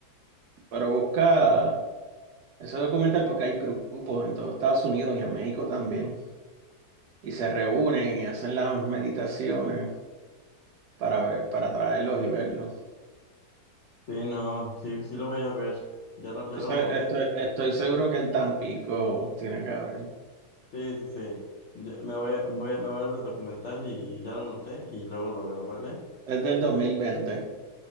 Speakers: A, on the right; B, on the left.
A: pero busca ese documental porque hay grupos en todo Estados Unidos y en México también y se reúnen y hacen las meditaciones para ver, para traerlos y verlos.
B: Sí, no, sí, sí lo voy a ver. Ya lo, ya
A: Yo
B: lo
A: sé-
B: noté.
A: Estoy, estoy seguro que en Tampico tiene que haber.
B: Sí, sí, sí. Ya- me voy, a- voy, a- me voy a ver el documental y, y ya lo noté y luego lo veo, ¿vale?
A: Es del dos mil veinte